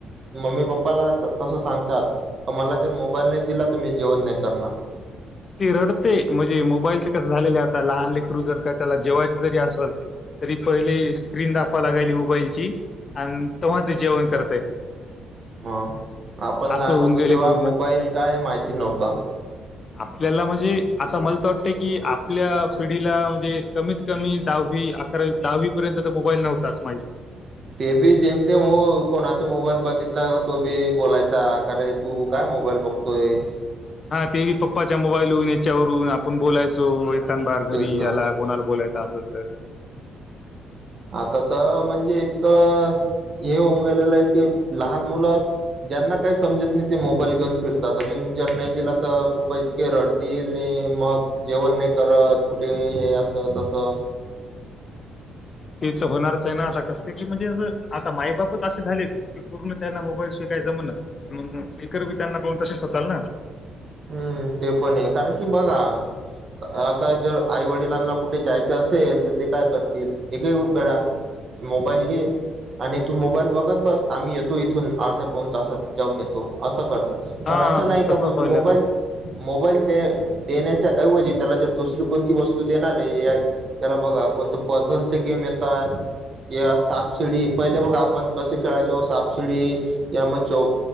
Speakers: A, on the right (about 45°); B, on the left (about 40°).
A: मम्मी पप्पाला तसं सांगतात. का मला जर मोबाईल नाही दिला. तर मी जेवण नाही करणार.
B: ते रडते. म्हणजे मोबाईलचे कसं झालेले. आता लहान लेकरु जर का त्याला जेवायच जरी असंल तरी पहिले स्क्रीन दाखवा लागायची मोबाईलची. अन तव्हा ते जेवण करतंय.
A: मं आपण
B: असं
A: लहान
B: होऊन
A: होतो.
B: गेले
A: तेव्हा
B: पूर्ण
A: मोबाईल काय हे माहिती नव्हतं.
B: आपल्याला म्हणजे आता मला तं वाटतं की, आपल्या पिढीला म्हणजे कमीत कमी दहावी, अकरा दहावी पर्यंत तर मोबाईल नव्हता माहित
A: ते बी जेमतेम हो. कोणाचा मोबाईल बघितला तो बी बोलायचा कारे तू काय मोबाईल बघ तोय.
B: हा ते बी पप्पाच्या मोबाईल वरून, याच्यावरून आपण बोलायचो एखांद बार घरी
A: तेच ना
B: आलात. कोणाला बोलायचं असंल तर,
A: आता तं म्हणजे इतकं हे होऊन गेलेलं आहे की, लहान मुलं ज्यांना काही समजत नाही. ते मोबाईल घेऊन फिरतात. अजून जर नाही दिला तर खूप इतके रडतील नी मग जेवण नाही करत. कुठे हे असं तसं.
B: तेच होणारच आहे ना. ते म्हणजे आता असं म्हणजे असं आता माईबापच असे झालेत. की पूर्ण त्यांना मोबाईल शिवाय जमंना. लेकर बी त्यांना पाहून तसेच होताल ना.
A: हम्म. ते पण ये कारण कि बघा आता जर आई वडिलांना कुठे जायचं असेल, तर ते काय करतील, हे घे बाळा मोबाईल घे आणि तू मोबाईल बघत बस. आम्ही येतो इथून अर्ध्या पाऊण तासात जाऊन येतो असं करता.
B: हा
A: पण असं नाही का,
B: तसंच
A: बोल
B: व्हायल आता.
A: मोबाईल दे देण्याच्या ऐवजी त्याला जर दुसरी कोणती वस्तू देणारे आहे. या त्याला बघा कोणते पझलचे गेम येतात. या सापसिडी पहिले बघा आपण कसे खेळायचो सापसिडी यमोचोक